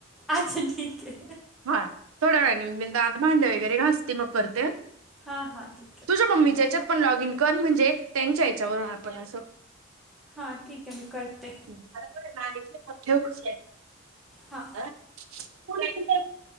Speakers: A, in the centre; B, on the right.
A: अच्छा ठीक ए
B: हा... थोड्या वेळाने, मी... आता भांडे वगैरे घासते, मग करते
A: हां हां ठीक ए
B: तूझ्या मम्मी याच्यात पण लॉग इन कर, म्हणजे त्यांच्या याच्यावरून आपण असं
A: हां, ठीक मी करते
B: <unintelligible> ठेव <unintelligible>
A: हां
B: <unintelligible>